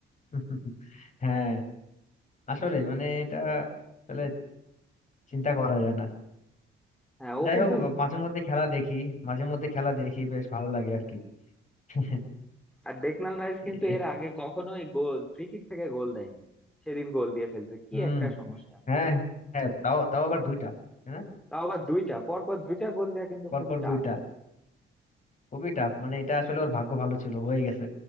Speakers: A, on the left (about 40°); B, in the centre.
A: <laughs> হ্যাঁ আসলে মানে এটা আসলে চিন্তা করা যায় না
B: হ্যাঁ ও
A: যাই
B: কিন্তু
A: হোক মাঝে মধ্যে খেলা দেখি মাঝে মধ্যে খেলা দেখি বেশ ভালো লাগে আর কি <laughs>
B: আর ডেকনাল রাইস
A: এ,
B: কিন্তু এর আগে কখনোই গোল ফ্রি কিক থেকে গোল দেয়নি সেদিন গোল দিয়ে ফেলছে কি
A: হুম
B: একটা সমস্যা
A: হ্যাঁ হ্যাঁ তাও তাও আবার দুইটা হ্যাঁ
B: তাও আবার দুইটা পরপর দুইটা গোল দেওয়া কিন্তু
A: পর
B: খুবই
A: পর
B: টাফ
A: দুইটা খুবই টাফ মানে এটা আসলে ওর ভাগ্য ভালো ছিল হয়ে গেছে